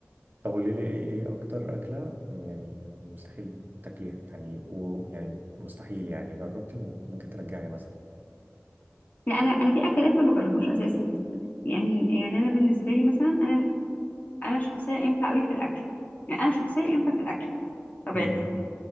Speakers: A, on the right; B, on the left.
A: طب قولي لي ايه ايه اكتر اكله يعني مستحيل تاكليها يعني ويعني مستحيل يعني جربتي وممكن ترجعي مثلا
B: لا انا انا في اكلات ما بجربهاش اساسا يعني يعني انا بالنسبه لي مثلا انا انا شخصيه انفه قوي في الاكل يعني انا شخصيه انفه في الاكل طبيعتي
A: امم